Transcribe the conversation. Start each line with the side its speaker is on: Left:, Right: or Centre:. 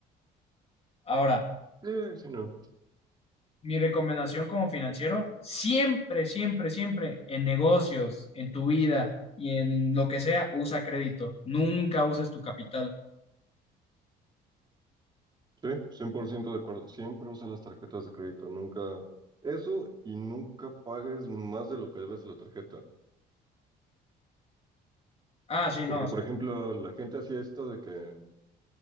Left: Ahora,
Right: Eh, si no.
Left: mi recomendación como financiero, siempre, siempre, siempre en negocios, en tu vida y en lo que sea, usa crédito. Nunca uses tu capital.
Right: Sí, 100% de acuerdo. Siempre usa las tarjetas de crédito. Nunca eso y nunca pagues más de lo que debes la tarjeta.
Left: Ah, sí, no.
Right: Porque,
Left: o sea,
Right: por ejemplo, la gente hacía esto de que